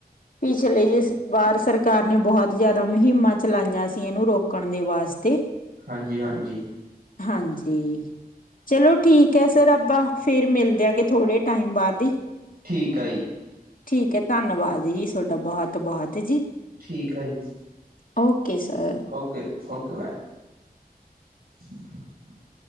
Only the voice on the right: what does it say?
ਹਾਂਜੀ- ਹਾਂਜੀ।
ਠੀਕ ਹੈ ਜੀ।
ਠੀਕ ਆ ਜੀ‌‌।
Okay- okay ma'am. ਼਼ <unintelligible>